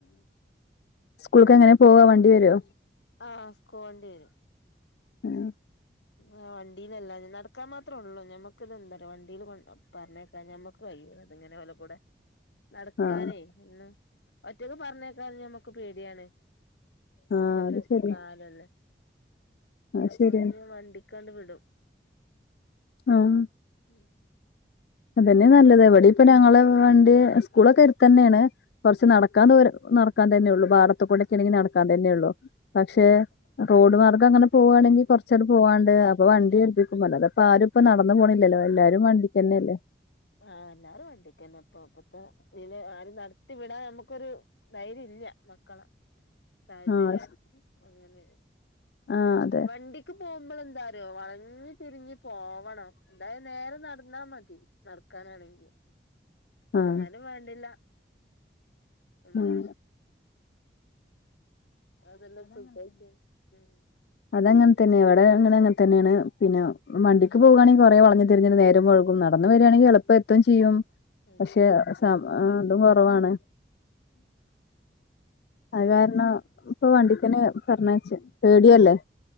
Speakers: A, on the left (about 65°); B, on the left (about 85°).
A: സ്കൂളക്കെ എങ്ങനെ പോവാ വണ്ടി വരുോ
B: ആഹ സ്കോളണ്ടി വരും
A: ഉം
B: ആ വണ്ടിയിലല്ല ഞ നടക്കാൻ മാത്രേ ഉള്ളൂ ഞമ്മക്കിത്െന്താ പറ വണ്ടീൽ കൊ പറഞ്ഞേക്കാ ഞമ്മക്ക് കയ്യോ അങ്ങനെ വല്ല കൂടെ നടക്കാനേ
A: ആഹ്
B: ഒറ്റക്കെ പറഞ്ഞേക്കാ ഞമ്മക്ക പേടിയാണ്
A: ആഹ്
B: ഇപ്പത്തെ
A: അത് ശരി
B: കാലല്ലേ
A: അത്
B: അപ്പൊഴ്
A: ശരിയാണ്
B: വണ്ടിക്കാണ്ട് വിടും
A: ആഹ
B: ഉം
A: അതന്നെ നല്ലത് ഇവിടെ ഇപ്പൊ ഞങ്ങള് വണ്ടി സ്കൂളൊക്കെ ഇവിടെ തന്നെയാണ് കുറച്ച് നടക്കാൻ ദൂരം നടക്കാൻ തന്നെ ഉള്ളൂ പാടത്തുകൂടെ എനിക്ക് നടക്കാൻ തന്നെയ ഉള്ളൂ പക്ഷേ
B: ആഹ്
A: റോഡ് മാർഗ്ഗം അങ്ങനെ പോവുവാണെങ്കിൽ കൊറച്ചൂടെ പോവാണ്ട് അപ്പൊ വണ്ടിരു അപ്പൊ ആരും ഇപ്പൊ നടന്ന് പോണില്ലല്ലോ എല്ലാരും വണ്ടിക്കന്നെ അല്ലേ
B: ആഹ എല്ലാരും വണ്ടിക്കന്നെ ഇപ്പപ്പത്തെ ദിനംആരും നടത്തി വിടാൻ നമുക്കൊരു ധൈര്യം ഇല്ല മക്കള സാഹചര്യം
A: ആഹ്
B: അങ്ങനെ
A: ആഹ് അതെ
B: വണ്ടിക്ക് പോകുമ്പോൾ എന്താരോ വണങ്ങി തിരിഞ്ഞി പോവണം അതായത് നേരെ നടന്ന മതി നടക്കാനാണെങ്കിൽ
A: ആഹ്
B: എന്നാലും വേണ്ടില്ല നമുക്ക്
A: ഉം
B: അതെല്ല സന്തോഷം ഉം
A: അത അങ്ങനെ തന്നെയ എവിടെ അങ്ങനെ അങ്ങനെ തന്നെയാണ് പിന്നെ വണ്ടിക്ക് പോകവാണെങ്കിൽ കുറെേ വളഞ്ഞ് തിരിഞ്ഞ് നേരം വൈകും നടന്ന് വരികയാണെങ്കിൽ എളപ്പ എത്തും ചെയ്യും
B: അതെ
A: പക്ഷെ സ അതും കുറവാണ് അത് കാരണം ഇപ്പൊ വണ്ടിക്കനെ പറഞ്ഞയച്ച പേടിയല്ലേ